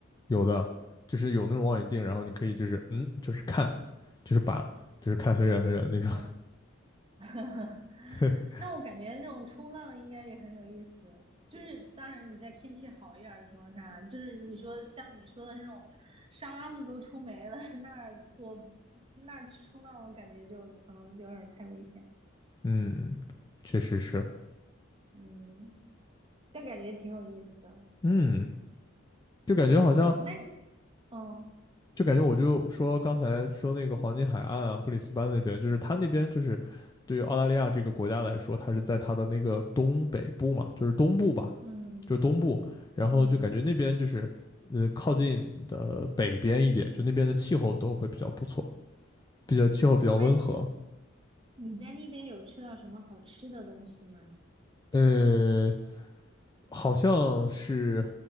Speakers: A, on the left; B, on the right.
A: 有的就是有那种望远镜，然后你可以就是嗯就是看，就是把就是看很远很远的那种，
B: 嗯，<laughs>
A: <laughs>
B: 那我感觉那种冲浪应该也很有意思。就是当然你在天气好一点儿的情况下，就是你说像你说的那种沙子都冲没了，那我那去冲浪，我感觉就可能有点儿太危险。
A: 嗯，确实是，
B: 嗯，但感觉挺有意思的。
A: 嗯，就感觉好像，
B: 对，那你哦，
A: 就感觉我就说刚才说那个黄金海岸啊，布里斯班那边，就是他那边就是对于澳大利亚这个国家来说，它是在它的那个东北部嘛，就是东部吧，
B: 嗯
A: 就是东部，然后就感觉那边就是呃靠近的北边一点，
B: 嗯，
A: 就那边的气候都会比较不错，比较气候比较温和，
B: 那你你在那边有吃到什么好吃的东西吗？
A: 呃，好像是